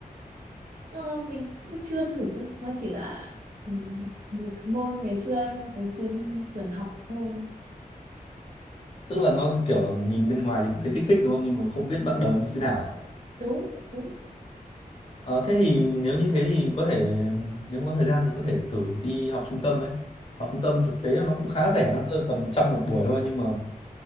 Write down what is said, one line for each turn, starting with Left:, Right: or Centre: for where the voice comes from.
Right: ờ, mình cũng chưa thử ấy. Nó chỉ là ừ, một môn ngày xưa ở trên trường học thôi.
Left: tức là nó kiểu là nhìn bên ngoài thì cũng thấy thích thích đúng không nhưng mà không biết bắt đầu như thế nào à?
Right: Đúng, đúng.
Left: Ờ, thế thì nếu như thế thì có thể nếu mà có thời gian thì có thể thử đi học trung tâm ấy học trung tâm thực tế là nó cũng
Right: đúng.
Left: khá rẻ nó rơi vào tầm 100 một buổi thôi nhưng mà